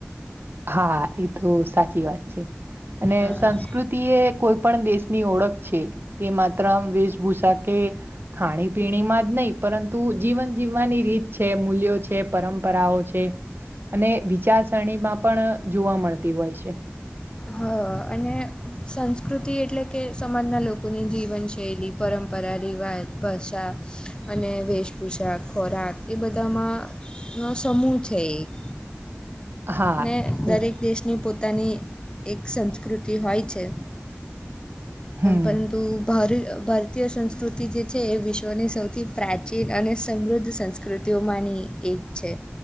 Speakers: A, on the right; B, on the left.
A: હા એ તો સાચી વાત છે અને
B: હા
A: સંસ્કૃત. તી એ કોઈ પણ દેશની ઓળખ છે તે માત્રમ વેશભૂષા કે. ખાણી પીણીમાં જ નહીં પરંતુ જીવન જીવવાની રીત છે મૂલ્યો છે. છે પરંપરાઓ છે અને વિચારસરણીમાં પણ જોવા મળતી હોય છે.
B: હા અને સંસ્કૃતિ એટલે કે સમાજના લોકોની જીવનશૈલી. પરંપરા રિવાજ ભાષા અને વેશભૂષા ખોરાક એ બધામાં. નો સમૂહ છે એક.
A: હા
B: અને
A: એ તો-
B: દરેક દેશ. ની પોતાની એક સંસ્કૃતિ હોય છે.
A: હમ
B: પરંતુ. ભાર ભારતીય સંસ્કૃતિ જે છે એ વિશ્વની સૌથી પ્રાચીન અને સમૃદ્ધ સંસ્કૃ. કૃતિઓમાંની એક છે